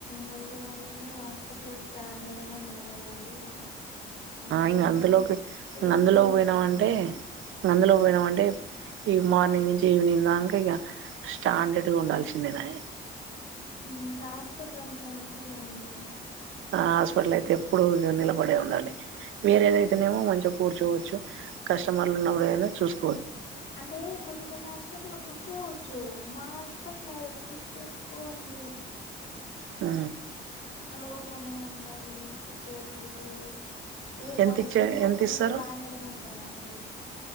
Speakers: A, on the left; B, on the right.
A: హెల్త్ బాలేదు హాస్పిటల్ స్టాండర్డ్గా నిలబడాలి అందువల్ల
B: ఇంక
A: కాల్
B: అందులోకి
A: పెయిన్
B: అందులోకి
A: వచ్చేస్తుంది
B: పోయినామంటే అందులో పోయినామంటే ఈ మార్నింగ్ నుంచి ఈవినింగ్ దాక ఇక స్టాండర్డ్గా ఉండాల్సిందే నాయే
A: ఇంకా హాస్పిటల్ అంటే అంతే కదండి
B: ఆ హాస్పిటలయితే ఎప్పుడు నిలబడే ఉండాలి వేరేదైతేనేమో మంచిగా కూర్చోవచ్చు కస్టమర్లు ఉన్నప్పుడు ఏనా చూసుకో
A: అంటే కొన్ని కొన్ని హాస్పిటల్లో కూర్చోచ్చు మా హాస్పిటల్ స్టీట్ కోండి
B: ఉ
A: నిలబడుకనే ఉండాలి కూర్చోకూడదు ఎయిట్
B: ఎంత
A: అవర్స్
B: ఇచ్చే
A: నిలబడుకొని
B: ఎంత ఇస్తారు
A: స్టాండర్డ్ గా ఉంటారా అండి